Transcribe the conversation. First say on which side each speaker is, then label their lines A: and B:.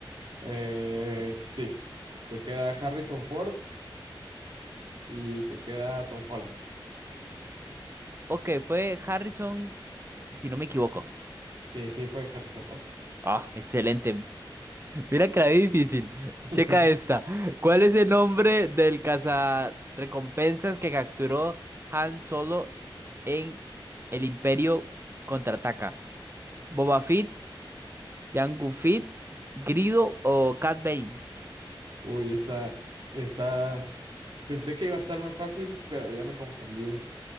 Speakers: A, on the right (about 60°); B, on the right (about 30°).
A: Eh, sí, te queda Harrison Ford y te queda Tom Holland.
B: Ok, fue Harrison si no me equivoco.
A: Sí, sí, fue Harrison Ford.
B: Ah, excelente. Mira que la vi difícil. Checa
A: <laughs>
B: esta. ¿Cuál es el nombre del cazarrecompensas que capturó Han Solo en el Imperio Contraataca? ¿Boba Fett, Jango Fett, Grido o Cat Bane?
A: Uy, esta, esta, pensé que iba a estar más fácil, pero ya me confundí.